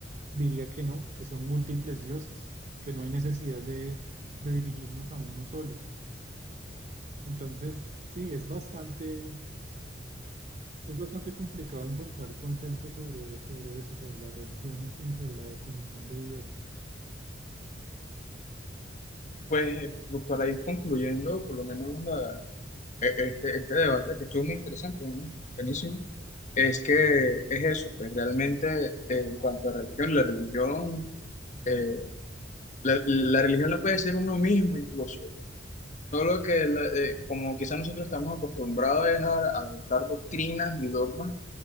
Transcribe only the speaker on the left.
Sí, exacto. Pues eh, por- para ir concluyendo, por lo menos la, e- Este,
este debate que estuvo muy interesante, ¿no? Buenísimo. Es que es eso, pues, realmente eh, en cuanto a religión, la religión, eh, la, la religión la puede ser uno mismo incluso, solo que la-
eh, como quizás nosotros estamos acostumbrados es a, a adoptar doctrinas y dogmas